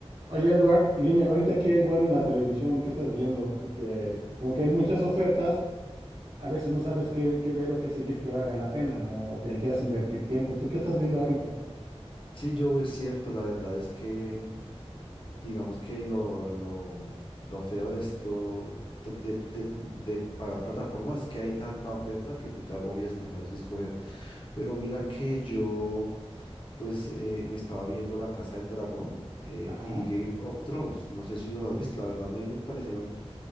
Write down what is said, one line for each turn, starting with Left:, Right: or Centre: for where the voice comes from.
Right: Oye, Eduard, y dime, ahorita qué hay bueno en la televisión, ¿qué estás viendo? Porque como que hay muchas ofertas, a veces no sabes qué, qué ver o qué seguir que valga la pena, ¿no? O que le quieras invertir tiempo. ¿Tú qué estás viendo ahorita?
Left: Sí, yo es cierto, la verdad es que digamos que lo, lo, lo feo de esto, tr- de, de, de pagar plataformas, es que hay tanta oferta que tú te agobias y no sabes qué escoger. Pero mira que yo, pues, eh, me estaba viendo La Casa del Dragón eh,
Right: Ajá.
Left: y Game of Thrones. No sé si los has visto, la verdad me, me parecieron,